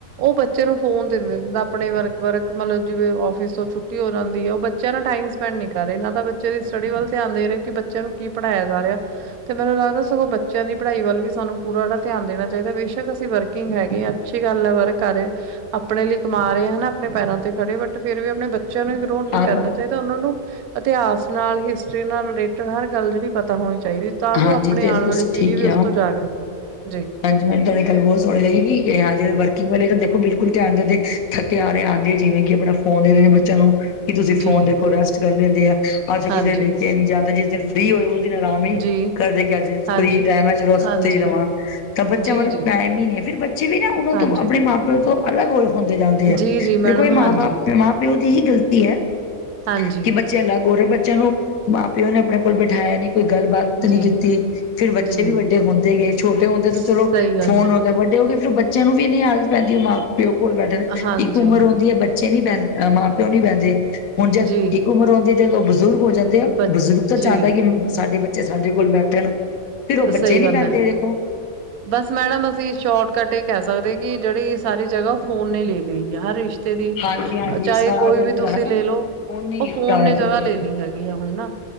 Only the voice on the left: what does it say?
ਹਾਂ
ਹਾਂਜੀ
ਜੈਸੇ
ਤੁਸੀਂ
ਠੀਕ
ਕਿਹਾ,
ਹਾਂਜੀ ਮੈਨੂੰ ਤੁਹਾਡੀ ਗੱਲ ਬਹੁਤ ਸੋਹਣੀ ਲੱਗੇਗੀ ਹਾਂਜੀ ਵਰਕਿੰਗ ਵਾਲੇ ਤਾਂ ਦੇਖੋ ਬਿਲ ਧਿਆਨ ਦਿੰਦੇ, ਥੱਕੇ ਹਾਰੇ ਆਉਂਦੇ ਜਿਵੇਂ ਕਿ ਆਪਣਾ ਫੋਨ ਦਿੰਦੇ ਨੇ ਬੱਚਿਆਂ ਨੂੰ ਕਿ ਤੁਸੀਂ
ਫੋਨ ਦੇਖੋ, ਰੈਸਟ ਕਰ ਲੈਂਦੇ ਆ, ਅੱਜ ਕਿਤੇ
ਲੇਟਿਆ ਨਹੀਂ ਜਾਂਦਾ ਜਿਸ ਦਿਨ ਫ੍ਰਰੀ ਹੋਏ ਉਸ ਦਿਨ ਆਰਾਮ ਹੀ
ਘਰ ਦੇ ਕੇ ਅੱਜ
ਫਰੀ ਟਾਈਮ ਹੈ ਚਲੋ ਅਸੀਂ
ਸੁੱਤੇਹੀ ਰਵਾਂ ਤਾਂ ਬੱਚਿਆਂ
ਵੱਲ
ਟਾਈਮ ਹੀ ਨਹੀਂ ਹੈ, ਫਿਰ ਬੱਚੇ ਵੀ ਨਾ ਉਹਨਾਂ
ਤੋਂ ਆਪਣੇ ਮਾਂ ਪਿਓ ਤੋਂ ਅਲੱਗ ਹੋਏ ਹੁੰਦੇ ਜਾਂਦੇ ਹੈ,
ਦੇਖੋ
ਇਹ ਮਾਂ-
ਬਾਪ, ਮਾਂ -ਪਿਓ ਦੀ ਹੀ ਗਲਤੀ ਹੈ
ਕਿ ਬੱਚੇ ਅਲੱਗ ਹੋ ਰਹੇ, ਬੱਚਿਆਂ ਨੂੰ ਮਾਂ- ਪਿਓ ਨੇ ਆਪਣੇ ਕੋਲ ਬਿਠਾਇਆ ਨਹੀਂ ਕੋਈ ਗੱਲਬਾਤ
ਨਹੀਂ ਕੀਤੀ, ਫਿਰ ਬੱਚੇ
ਵੀ ਵੱਡੇ ਹੁੰਦੇ ਗਏ, ਛੋਟੇ ਹੁੰਦੇ ਤਾਂ
ਚਲੋ
ਫੋਨ
ਵੱਡੇ ਹੋ ਗਏ ਫੇਰ ਉਹ ਬੱਚਿਆਂ ਨੂੰ ਵੀ ਆਦਤ ਪੈਂਦੀ ਉਹ ਮਾਂ ਪਿਓ ਕੋਲ ਬੈਠਣ ਦੀ,
ਇੱਕ ਉਮਰ ਹੁੰਦੀ ਹੈ ਬੱਚ ਬੱਚੇ ਨੀ ਪੈਂ, ਮਾਂ -ਪਿਓ ਨੀ ਬਹਿੰਦੇ, ਹੁਣ ਜਦ
ਇੱਕ ਉਮਰ ਆਉਂਦੀ ਜਦੋਂ ਉਹ ਬਜ਼ੁਰਗ ਹੋ ਜਾਂਦੇ ਆ,
ਬਜ਼ੁਰਗ ਤਾਂ ਚਾਹੁੰਦਾ
ਕਿ ਸਾਡੇ ਬੱਚੇ ਸਾਡੇ ਕੋਲ ਬੈਠਣ ਫਿਰ ਉਹ ਬੱਚੇ
ਨੀ
ਪੈਂਦੇ
ਦੇਖੋ
ਹਾਂਜੀ ਹਾਂਜੀ
ਸਾਰੇ
ਜਿਹੜਾ
ਹਨਾ
ਨਹੀਂ
ਲਿੱਤਾ
ਹੋਇਆ
ਤੁਸੀਂ